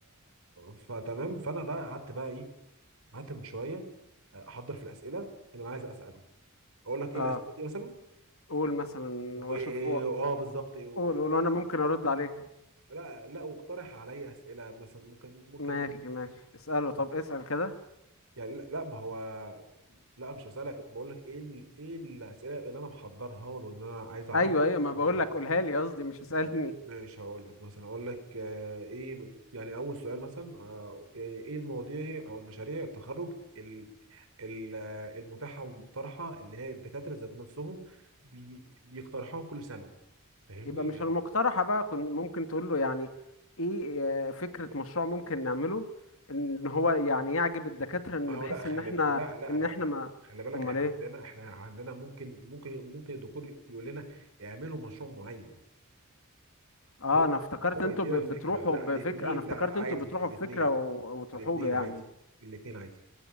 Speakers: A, on the right; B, on the left.
A: فتمام فانا بقى قعدت بقى ايه قعدت من شويه آه، احضر في الاسئله اللي انا عايز اساله اقول لك ايه
B: اه
A: الاسئله دي مثلا
B: قول مثلا
A: و
B: واشوف هو-
A: اه بالظبط و...
B: قول قول وانا ممكن ارد عليك
A: لا لا واقترح عليا اسئله مثلا ممكن ممكن
B: ماشي ماشي اساله طب اسال كده
A: يعني لا, لا ما هو لا مش بسالك بقول لك ايه ال... ايه الاسئله اللي انا محضرها له ان انا عايز اعرفها
B: ايوه ايوه ما
A: ليه
B: بقول لك قولها لي قصدي مش اسالني
A: ما... مش هقول لك مثلا اقول لك آه ايه يعني اول سؤال مثلا آه يعني ايه المواضيع او المشاريع التخرج ال... ال... آه، المتاحه والمقترحه اللي هي الدكاتره ذات نفسهم بي... بيقترحوها كل سنه فاهمني
B: يبقى مش
A: يعني
B: المقترحة بقى كنت ممكن تقول له يعني ايه آه، فكرة مشروع ممكن نعمله ان هو يعني يعجب الدكاترة ان
A: ما هو
B: بحيث
A: لا خلي
B: ان احنا
A: بالك لا لا
B: ان
A: لا
B: احنا
A: لا
B: ما
A: خلي بالك
B: امال
A: احنا
B: ايه
A: عندنا احنا عندنا ممكن ممكن ممكن الدكتور يقول لنا اعملوا مشروع معين
B: اه
A: هو
B: انا افتكرت
A: هو
B: انتوا
A: يدينا
B: ب-
A: الفكره
B: بتروحوا
A: لا
B: بفكرة
A: الاثنين
B: انا افتكرت
A: لا لا عادي
B: انتوا بتروحوا
A: الاثنين
B: بفكرة و... وتروحوا
A: الاثنين
B: له يعني
A: عادي الاثنين عادي